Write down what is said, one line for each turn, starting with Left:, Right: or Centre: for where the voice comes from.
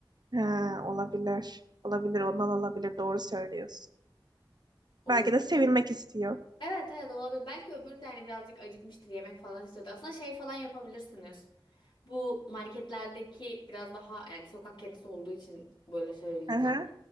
Right: Ha, olabilir. Olabilir. Ondan olabilir. Doğru söylüyorsun.
Left: O
Right: Belki
Left: yüzden.
Right: de sevilmek istiyor.
Left: Evet evet olabilir. Belki öbürü de hani birazcık acıkmıştır yemek falan istiyordur. Aslında şey falan yapabilirsiniz. Bu marketlerdeki biraz daha yani sokak kedisi olduğu için böyle söyleyeceğim.
Right: Aha,